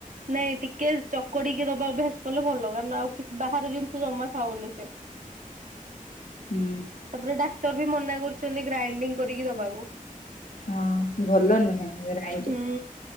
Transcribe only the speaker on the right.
ନାଇଁ ଟିକେ ଚକଡିକି ଦବା ଅଭ୍ୟାସ କଲେ ଭଲ। କାରଣ ଆଉ କିବାହାର ଜିନିଷ ଜମା ଖାଉନି ସେ?
ତାପରେ ଡାକ୍ତର ବି ମନା କରିଚନ୍ତି, ଗ୍ରାଇଣ୍ଡିଙ୍ଗ କରିକି ଦବାକୁ।
ହୁଁ